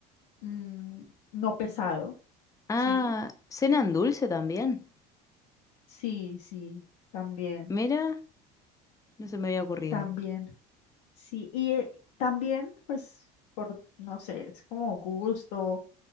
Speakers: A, on the left; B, on the left.
A: mm, no pesado,
B: Ah,
A: sí,
B: ¿cenan dulce también?
A: sí, sí, también,
B: Mira, no se me había ocurrido.
A: también, sí, y eh, también, pues, por, no sé, es como gusto.